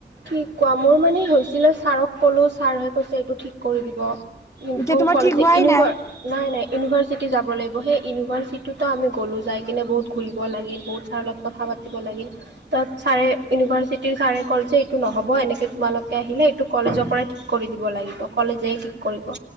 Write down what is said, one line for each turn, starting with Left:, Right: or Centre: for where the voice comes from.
Right: কি কোৱা মোৰ মানে হৈছিলে ছাৰক ক'লো ছাৰ হৈব- পইচাটো ঠিক কৰি দিব কিন্তু
Left: এতিয়া তোমাৰ
Right: কলেজ
Left: ঠিক হোৱাই
Right: ইউনিভাৰ-
Left: নাই
Right: নাই নাই ইউনিভাৰ্চিটি যাব লাগিব সেই ইউনিভাৰ্চিটিটো আমি গ'লো যাই কিনে বহুত ঘূৰিব লাগে বহুত ছাৰ লগ- কথা পাতিব লাগিল তাত ছাৰে ইউনিভাৰ্চ- চিটিৰ ছাৰে ক'ল যে এইটো নহ'ব এনেকৈ তোমালোকে আহিলে এইটো কলেজৰ পৰাই ঠিক কৰি দিব লাগিব। কলেজেই ঠিক- কৰিব।